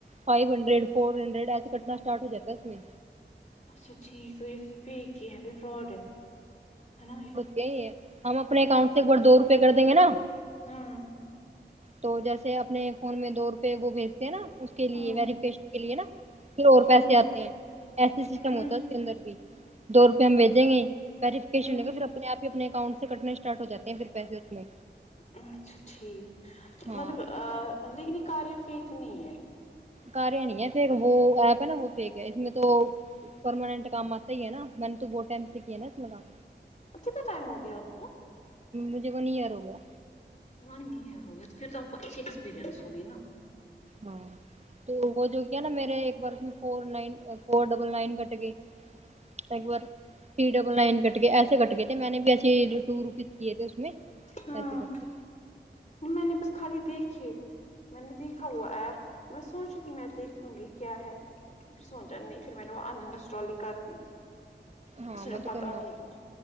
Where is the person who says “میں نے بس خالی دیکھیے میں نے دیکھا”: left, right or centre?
Left